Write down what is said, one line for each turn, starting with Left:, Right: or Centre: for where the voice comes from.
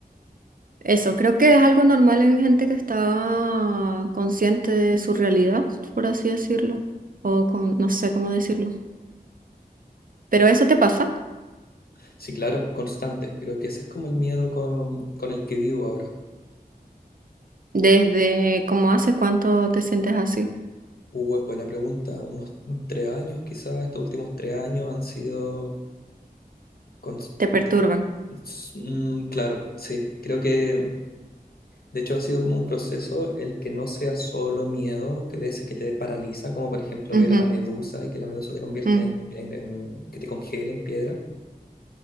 Right: Eso, creo que es algo normal en gente que está consciente de su realidad, por así decirlo. O con, no sé cómo decirlo. Pero eso te pasa
Left: Sí, claro, constante. Creo que ese es como el miedo con, con el que vivo ahora.
Right: desde como hace cuánto te sientes así.
Left: Uh, es buena pregunta. Unos tres años, quizás estos últimos tres años han sido... cons-
Right: Te perturban.
Left: de- s- mm, claro, sí. Creo que de hecho ha sido como un proceso el que no sea solo miedo, que de ese que te paraliza, como por ejemplo
Right: Ujú,
Left: ver a la medusa y que la medusa te convierta
Right: mm.
Left: en, en- en- que te congele en piedra.